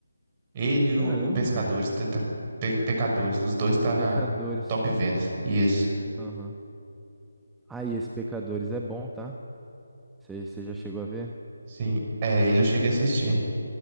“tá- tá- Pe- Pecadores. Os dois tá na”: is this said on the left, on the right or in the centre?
Right